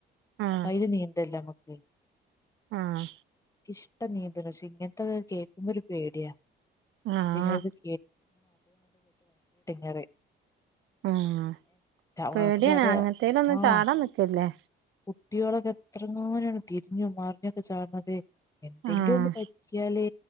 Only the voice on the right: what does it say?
ആഹ്
ആഹ്
ആഹ്
ഉം, പേടിയാണ്
അങ്ങനത്തേല് ഒന്നും
ചാടാൻ നിക്കല്ലേ.
ആഹ്